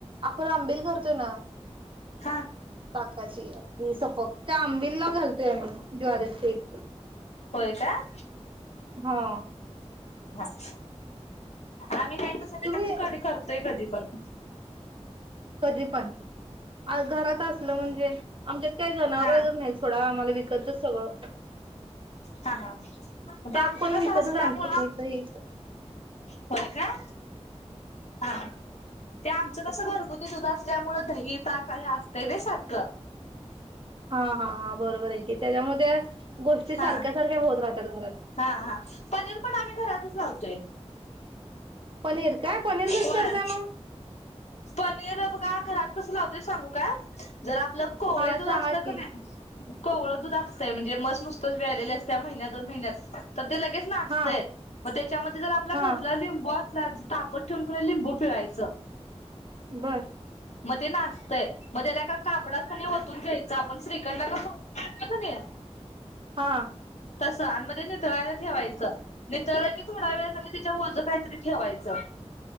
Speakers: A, on the right (about 50°); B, on the left (about 80°).
A: आपण आंबिल करतोय ना
B: हा
A: ताकाची, आपली सफक त्या आंबिलला घाल अ ज्वारी पीठ
B: होय काय?
A: हो.
B: आम्ही नाही. तस ते
A: तुम्ही
B: त्याजी कडी करतोय कधी पण. <inaudible>
A: कधी पण आ घरात असलं म्हणजे आमच्यात काय जनावर
B: हा
A: वगैरे नाही सोडा आम्हाला विक कतच सगळं
B: हा हा ते
A: ताक
B: आमचं
A: पण
B: कस
A: विकतच
B: असल्यामुळं
A: आणतोय मी दही
B: होय काय? हा त्या कस घरगुती दुध असल्यामुळ दही ताक हे असतंय नय सारखं
A: हा हा हा बरोबर आहे की त्याच्यामुळ त्या गोष्टी सारख्या
B: हा
A: सारख्या होत राहतात घरात
B: हा हा पनीर पण आम्ही घरातच लावतोय.
A: पनीर काय पनीर कस
B: होय.
A: करताय मंग?
B: पनीर बघा घरात कसं लावतोय सांगू का? जर आपलं कोवळे
A: हा सांगा
B: दूध असतं
A: की
B: कानाय कोवळ दूध असतंय म्हणजे मस् नुस्त तोच व्यायलेली असतेया महिन्या दोन महिन्यात तर ते लगेच नासतय
A: हा
B: मग त्याच्यामध्ये जर आपल्या
A: हा
B: घरला लिंबू अस तापत ठेवून कीं नाय लिंबू पिळायचं
A: बर
B: म ते नासतय मग त्याला एका कापडात कनय ओतून घ्यायचं आपण श्रीखंड कस ओतून घेतो कनय
A: हा
B: असं आणि म ते नितळायला ठेवायचं नितळलं की थोड्या वेळ कणय त्याच्यावर ओझं काहीतरी ठेवायचं